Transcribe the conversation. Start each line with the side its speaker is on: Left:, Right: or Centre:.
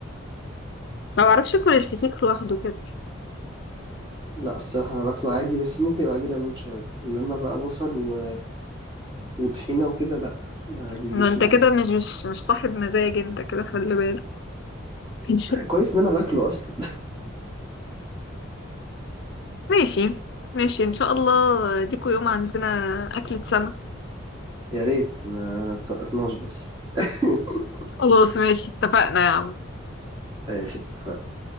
Left: ما بعرفش اكل الفسيخ لوحده كده
Right: لا الصراحه انا باكله عادي بس ممكن يبقى عليه ليمون شويه انما بقى بصل و... وطحينه وكده لا ما بيجيش
Left: ما انت
Right: معايا
Left: كده مش مش مش صاحب مزاج انت كده خلي بالك <laughs>
Right: كويس ان انا باكله اصلا
Left: ماشي ماشي ان شاء الله ليكوا يوم عندنا اكلة سمك
Right: <laughs> يا ريت ما تسقطناش بس <laughs>
Left: خلاص ماشي اتفقنا يا عم
Right: قافل